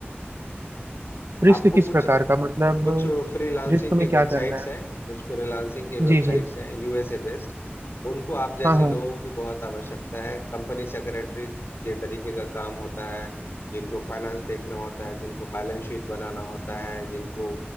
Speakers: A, on the right (about 80°); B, on the left (about 70°).
A: रिस्क
B: आपको
A: किस
B: कुछ
A: प्रकार का मतलब
B: कुछ फ्रीलांसिंग
A: रिस्क
B: के
A: में क्या
B: वेबसाइट्स
A: करना है
B: हैं कुछ फ्रीलांसिंग के वेबसाइट्स
A: जी जी
B: हैं यूएसए बेस्ड उनको आप जैसे
A: हाँ हाँ
B: लोगों की बहुत आवश्यकता है कंपनी सेक्रेटरी के तरीके का काम होता है जिनको फाइनेंस देखना होता है जिनको बैलेंस शीट बनाना होता है जिनको